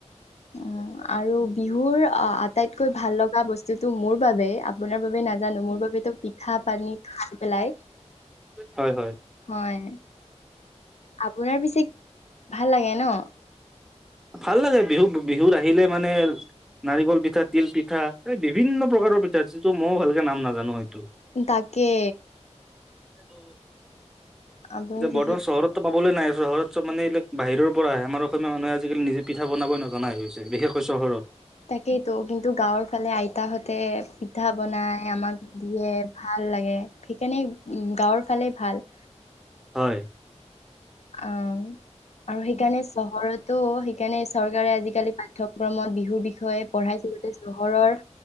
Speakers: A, on the left; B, in the centre.
A: উম আৰু বিহুৰ আটাইতকৈ ভাল লগা বস্তু তটো মোৰ বাবে আপোনাৰ বাবে নাজানো মোৰ বাবে তো পিঠা পানী পেলাই
B: হয় হয়
A: হয়। আপোনাৰ পিছে ভাল লাগে ন।
B: ভাল লাগে বিহু বিহুত আহিলে মানে নাৰিকল পিঠা তিল পিঠা এই বিভিন্ন প্ৰকাৰৰ পিঠা যিটো মইো ভালকে নাম নাজানো হয়।
A: তাকে।
B: উম।
A: আপুনি
B: এতিয়া বৰ্তমান
A: ঠিকে
B: চহৰত। পাবলৈ নাই চহৰত চব মানে এইিলাক বাহিৰৰ পৰা আহে আমাৰ অসমীয়া মানুহে আজিকি নিজে পিঠা বনাব নজনা হৈ হৈছে বিশেষৈ। চহৰত।
A: তাকেইতো কিন্তু গাঁৱৰ ফালে আইতাহতে পিঠা বনাই আমাক দিয়ে ভাল লাগে সেইকাৰণে উ গাঁৱৰ ফালে ভাল।
B: হয়।
A: অ আৰু সেইকাৰণে চহৰতো সেইকাৰণে চৰকাৰে আজিকালি পাঠ্যয়ক্ৰমত বিহুৰ বিষয়ে পঢ়াইছিলতে চহৰৰ